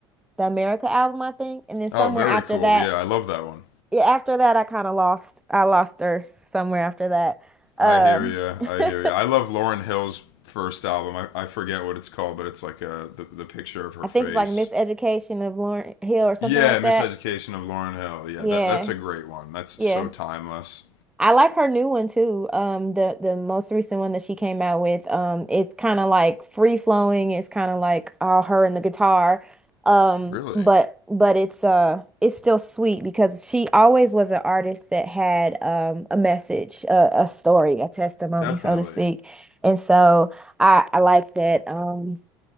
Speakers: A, in the centre; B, on the left.
A: the America album, I think. And then somewhere
B: Oh, very
A: after
B: cool.
A: that,
B: Yeah, I love that one.
A: yeah, after that I kind of lost I lost her somewhere after that. Um
B: I hear you.
A: <laughs>
B: I hear you. I love Lauren Hill's first album. I, I forget what it's called, but it's like a, the, the picture of her
A: I think
B: face.
A: it's like Miseducation of Lauryn Hill or something
B: Yeah,
A: like
B: Miseducation
A: that.
B: of Lauren Hill. Yeah,
A: Yeah.
B: that, that's a great one. That's
A: Yeah.
B: so timeless.
A: I like her new one too. Um, the the most recent one that she came out with, um, it's kind of like free flowing. It's kind of like all her and the guitar, um,
B: Really?
A: but but it's uh it's still sweet because she always was an artist that had um a message, a, a story, a testimony,
B: Definitely.
A: so to speak. And so I I like that. Um,